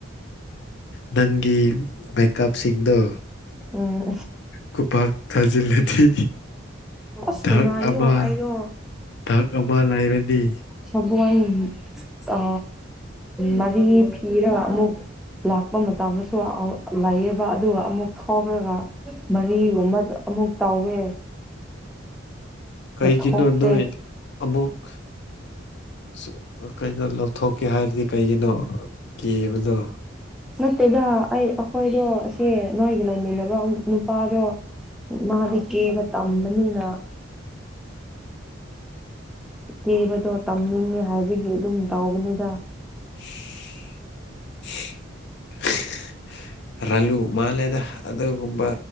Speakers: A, on the left (about 60°); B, in the centre.
A: ꯅꯪꯒꯤ ꯃꯦꯀꯞ ꯁꯤꯡꯗꯣ
B: ꯎꯝ
A: ꯈꯨꯄꯥꯛ ꯊꯥꯖꯤꯜꯂꯗꯤ
B: ꯑꯁ
A: ꯗꯛ
B: ꯉꯥꯏꯌꯣ
A: ꯑꯃ
B: ꯑꯩꯗꯣ
A: ꯗꯛ ꯑꯃ ꯂꯩꯔꯅꯤ
B: ꯁꯒꯣꯟ ꯑ ꯃꯔꯤ ꯐꯤꯔ ꯑꯃꯨꯛ ꯂꯥꯛꯄ ꯃꯇꯝꯗꯁꯨ ꯂꯥꯏꯌꯦꯕ ꯑꯗꯨꯒ ꯑꯃꯨꯛ ꯊꯣꯛꯔꯒ ꯃꯔꯤꯒꯨꯝꯕ ꯑꯃꯨꯛ ꯇꯥꯎꯋꯦ
A: ꯀꯩꯒꯤꯅꯣ
B: ꯊꯣꯛꯇꯦ
A: ꯅꯣꯏ ꯑꯃꯨꯛꯁꯨ ꯀꯩꯅꯣ ꯂꯧꯊꯣꯛꯀꯦ ꯍꯥꯏꯔꯗꯤ ꯀꯩꯒꯤꯅꯣ ꯀꯤꯕꯗꯣ
B: ꯅꯠꯇꯦꯗ ꯑꯩ ꯑꯩꯈꯣꯏꯗꯣ ꯑꯁ‌ꯦ ꯅꯣꯏꯒ ꯂꯩꯃꯤꯟꯅꯕ ꯅꯨ ꯅꯨꯄꯥꯗꯣ ꯃꯥꯗꯤ ꯀꯦꯕ ꯇꯝꯕꯅꯤꯅ ꯀꯦꯕꯗꯣ ꯇꯝꯅꯤꯡꯉꯦ ꯍꯥꯏꯕꯒꯤ ꯑꯗꯨꯝ ꯇꯥꯎꯕꯅꯤꯗ
A: <inaudible> ꯔꯥꯂꯨ ꯃꯥꯜꯂꯦꯗ ꯑꯗꯨꯒꯨꯝꯕ